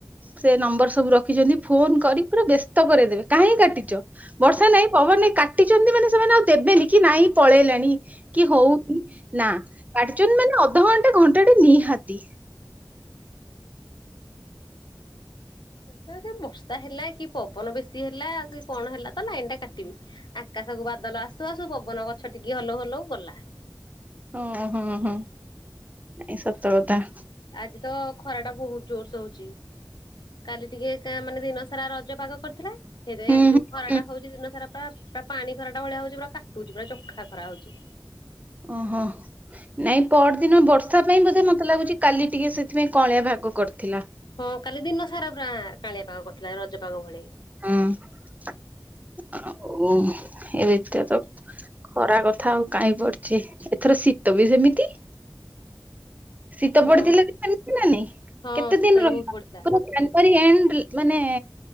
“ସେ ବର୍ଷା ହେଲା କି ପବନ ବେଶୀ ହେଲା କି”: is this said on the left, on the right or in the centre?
Left